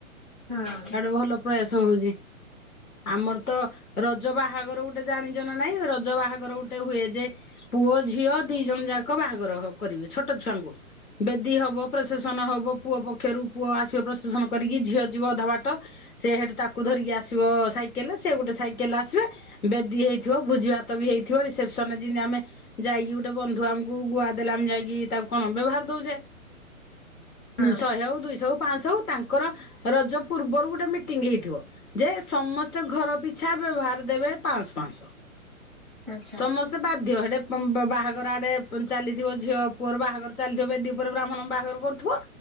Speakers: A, in the centre; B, on the left (about 85°).
A: ହଁ।
B: ଭଲ ପ୍ରୟାସ ହୋଉଚି, ଆମର ତ ରଜ ବାହାଘର ଗୋଟେ ଜାଣି ନାଇଁ ରଜ ବାହାଘର ଗୋଟେ ଗୋଟେ ହୁଏ ଯେ ପୁଅ ଝିଅ ଦି ଜଣ ଯାକ ବାହାଘର କରିବେ ଛୋଟ ଛୁଆଙ୍କୁ। ବେଦୀ ହବ ପ୍ରଶାସନ ହବ ପୁଅ ପକ୍ଷରୁ ପୁଅ ଆସିବ ପ୍ରଶାସନ କରିକି, ଝିଅ ଯିବ ଅଧା ବାଟ। ସେ ହେଠୁ ତାକୁ ଧରିକି ଆସିବ ସାଇକେଲରେ, ସେ ଗୋଟେ ସାଇକେଲ ଆସିବେ। ବେଦୀ ହେଇଥିବ, ଭୋଜି ଭାତ ବି ହେଇଥିବ ରିସେପସନ ଜେମିତି ଆମେ ଯାଇକି ଗୋଟେ ବନ୍ଧୁ ଆମକୁ ଗୁଆ ଦେଲା ଆ ଯାଇକି ତାକୁ କଣ ବ୍ୟବହାର ଦୋଉଚେ।
A: ହଁ
B: ଶହେ ହୋଉ, ଦୁଇଶ ହୋଉ, ପାଞ୍ଚଶହ ହ ତାଙ୍କ ରଜ ପୂର୍ବରୁ ଗୋଟେ ମିଟିଂ ହେଇଥିବ। ଯେ ସମସ୍ତେ ଘର ପିଛା ବ୍ୟବହାର ଦେବେ ପାଆଁସ ପାଆଁସ।
A: ଆଚ୍ଛା
B: ସମ ତେ ବାଧ୍ୟ ହେଟେ ବାହାଘର ଆଡେ ଚାଲିଥିବ ଝିଅ ପୁଅର ବାହାଘର ଚାଲିଥିବ ବେଦୀ ଉପରେ ବ୍ରାହ୍ମଣ ବାହାଘର କରୁଥିବ